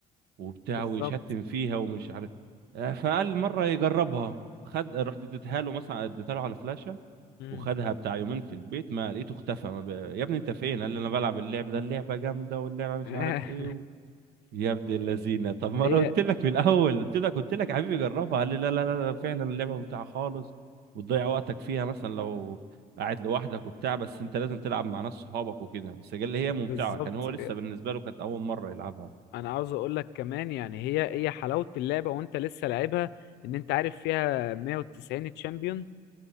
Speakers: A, on the right (about 75°); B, on the left (about 85°).
A: وبتاع
B: بالظبط
A: ويشتم فيها ومش عارف آه، فقال مره يجربها خد رحت اديتها له مثلا اديتها له على فلاشه
B: مم.
A: وخدها بتاع يومين في البيت ما لقيته اختفى ما ب... يا ابني انت فين قال لي انا بلعب اللعب ده اللعبه جامده واللعبه مش
B: <laughs>
A: عارف ايه و... يا ابن اللذينه طب ما
B: هي
A: انا قلت لك في الاول قلت لك قلت لك يا حبيبي جربها قال لي لا لا لا لا، فعلا اللعبه ممتعه خالص وتضيع وقتك فيها مثلا لو قاعد لوحدك وبتاع بس انت لازم تلعب مع ناس صحابك وكده بس قال لي هي ممتعه
B: بالظبط
A: كان هو لسه بالنسبه له كانت اول مره يلعبها
B: انا عاوز اقول لك كمان يعني هي هي حلاوة اللعبة وانت لسه لعبها ان انت عارف فيها 190 تشامبيون